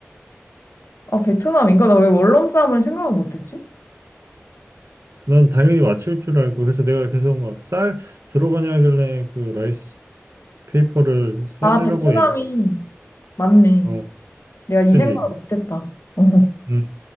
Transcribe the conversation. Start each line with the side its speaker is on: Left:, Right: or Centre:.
Left: 아, 베트남인가? 나 왜 월남쌈을 생각을 못했지?
Right: 난 당연히 맞출 줄 알고 그래서 내가 계속 막 쌀 들어가냐 하길래 그 라이스 페이퍼를 쌀이라고
Left: 아, 베트남이
Right: 얘기
Left: 맞네.
Right: 어,
Left: 내가 이
Right: 그지?
Left: 생각을 못했다. 어.
Right: 음.